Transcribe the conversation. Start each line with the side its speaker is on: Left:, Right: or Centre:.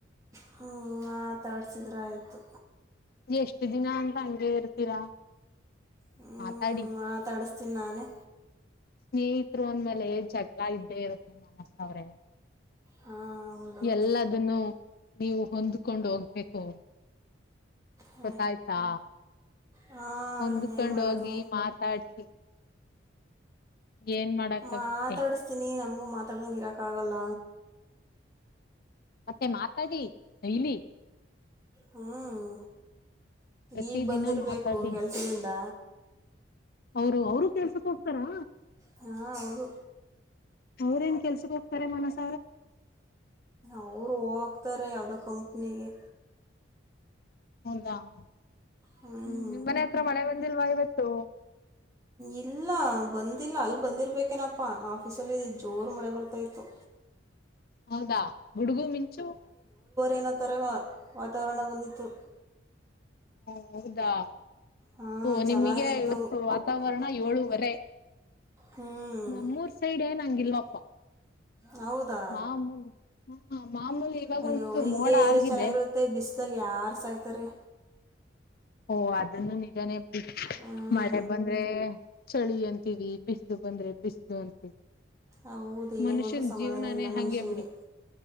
Right: ಹ್ಮ್ ಮಾತಾಡ್ಸಿದ್ರ ಆಯ್ ತ್ತು
Left: ಎಷ್ಟ ದಿನ ಅಂತ ಹಂಗೆ ಇರ್ತೀರಾ,
Right: ಹ್ಮ್
Left: ಮಾತಾಡಿ
Right: ಮಾತಾಡ್ಸ್ತೀನ್ ನಾನೇ.
Left: ಸ್ನೇಹಿತರು ಅಂದ್ಮೇಲೆ ಜಗಳ ಇದ್ದೇ ಇರುತ್ತೆ ಮನಸ ಅವ್ರೆ.
Right: ಹಾಂ ಹೌದೌದು
Left: ಎಲ್ಲದುನ್ನು ನೀವು ಹೊಂದ್ಕೊಂಡು ಹೋಗ್ಬೇಕು.
Right: ಹ
Left: ಗೊತ್ತಾಯ್ತಾ
Right: ಹಾ
Left: ಹೊಂದ್ಕೊಂಡ್
Right: ಇನ್ನೇನ್ ಮಾಡದು
Left: ಹೋಗಿ ಮಾತಾಡ್ಸಿ ಏನ್ ಮಾಡಕ್ಗುತ್ತೆ
Right: ಮಾತಾಡ್ಸ್ತೀನಿ ನಮಗ್ ಮಾತಾಡ್ದಂಗ್ ಇರೋಕ್ ಆಗಲ್ಲ.
Left: ಮತ್ತೆ ಮಾತಾಡಿ ಡೈಲಿ
Right: ಹ್ಮ್
Left: ಪ್ರತಿ
Right: ಈಗ್ ಬಂದಿರ್ಬೇಕು
Left: ದಿನ ಮಾತಾಡಿ
Right: ಕೆಲ್ಸದಿಂದ
Left: ಅವರು ಅವ್ರು ಕೆಲ್ಸಕ್ ಹೋಗ್ತಾರಾ?
Right: ಹಾ ಹೌದು.
Left: ಅವ್ರೇನ್ ಕೆಲ್ಸಕ್ ಹೋಗ್ತಾರೆ ಮಾನಸ್
Right: ಅವ್ರು ಹೋಗ್ ತಾರೆ ಯಾವ್ದೋ ಕಂಪ್ನಿಗೆ.
Left: ಹೌದಾ ಹ್ಮ್
Right: ಹ್ಞೂ
Left: ನಿಮ್ಮನೆ ಹತ್ರ ಮಳೆ ಬನ್ ದಿಲ್ವಾ ಇವತ್ತು.
Right: ಇಲ್ಲ ಬಂದಿಲ್ಲ ಅಲ್ ಬಂದಿರ್ಬೇಕೇನಪ್ಪ ಆಫೀಸಲ್ಲಿ ಜೋರು ಮಳೆ ಬರ್ತಾ ಇತ್ತು.
Left: ಹೌದಾ ಗುಡುಗು ಮಿಂಚು
Right: ಏನೋ ತರ ದ ವಾತಾವರಣ ಬಂದಿತ್ತು.
Left: ಹಾ ಹೌದಾ
Right: ಹಾಂ
Left: ಓ ನಿಮಗೆ
Right: ಚೆನ್ನಾಗಿತ್ತು
Left: ಇವತ್ತು ವಾತಾವರಣ ಏಳುವರೆ
Right: ಹ್ಞೂ
Left: ನಮ್ಮೂರ್ ಸೈಡ್ ಏನಂಗಿಲ್ಲಪ್ಪ
Right: ಹೌದಾ
Left: ಮಾಮೂಲಿ ಹಾ ಮಾಮೂಲಿ ಇವಾಗ
Right: ಅಯ್ಯೋ
Left: ಒಂದ್ ಚುರ್
Right: ಹಿಂಗೆ
Left: ಮೋಡ
Right: ಇದ್ರೆ
Left: ಆಗಿದೆ.
Right: ಚೆನ್ನಾಗಿರುತ್ತೆ ಬಿಸಿಲಲ್ಲಿ ಯಾರು ಸಾಯ್ತಾರೆ
Left: ಓ ಅದನ್ನು ನಿಜನೇ ಡಿ
Right: ಹ್ಞೂ
Left: ಮಳೆ ಬಂದ್ರೆ ಚಳಿ ಅಂತೀವಿ ಬಿಸ್ಲು ಬಂದ್ರೆ ಬಿಸಲು ಅಂತೀ
Right: ಹೌದು
Left: ಮನುಷ್ಯನ್
Right: ಏನು ಬಂದರೂ ಸಮಾಧಾನ
Left: ಜೀವನಾನೇ
Right: ಇಲ್ಲ
Left: ಹಂಗೆ
Right: ಮನುಷ್ಯನಿಗೆ
Left: ಬಿಡಿ